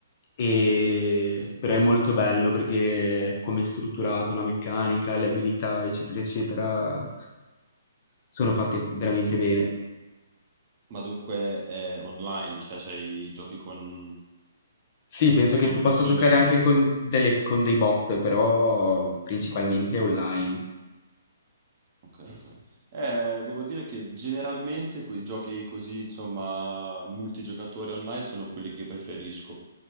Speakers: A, on the left; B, on the right.
A: E-
B: Ok.
A: Però è molto bello perché come è strutturato, la meccanica, le abilità, eccetera, eccetera, sono fatte veramente bene.
B: Ma dunque è online, cioè c'hai giochi con,
A: Sì, penso
B: con
A: che tu possa
B: persone.
A: giocare anche con, delle- con dei bot, però principalmente
B: Ok,
A: online.
B: ok, ok. Eh, devo dire che generalmente quei giochi così, insomma, multigiocatori online sono quelli che preferisco.